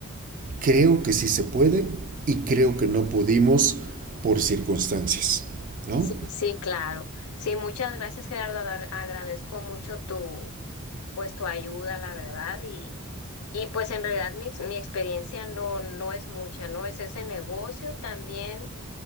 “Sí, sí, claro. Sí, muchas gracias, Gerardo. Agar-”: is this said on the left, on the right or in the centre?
Left